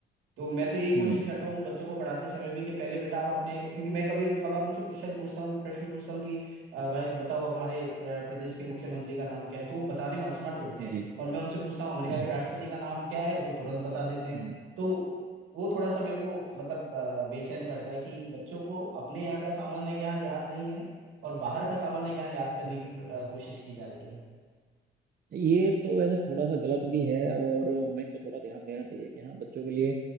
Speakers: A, on the right (about 85°); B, on the right (about 50°).
A: तो मैं तो यही कोशिश
B: हम्म
A: करता हूँ उन बच्चों को पढ़ाते समय भी कि पहले बेटा आप अपने क्योंकि मैं कभी कभार उनसे क्वेश्चन पूछता हूँ प्रश्न पूछता हूँ कि "अ, भाई बताओ हमारे प्र- प्रदेश के मुख्यमंत्री का नाम क्या है तो वो बताने में असमर्थ होते
B: जी
A: हैं और मैं उनसे पूछता हूँ अमेरिका
B: <clears throat>
A: के राष्ट्रपति का नाम क्या है तो तुरंत बता देते हैं
B: हम्म
A: तो वो थोड़ा सा मेरे को मतलब अ, बेचैन करता है कि बच्चों को अपने यहाँ का सामान्य ज्ञान याद नहीं है और बाहर का सामान्य ज्ञान याद करने की अ, कोशिश की जा रही है
B: ये तो वैसे थोड़ा सा गलत भी है और हमें इस पर थोड़ा ध्यान देना चाहिए कि हाँ बच्चों के लिए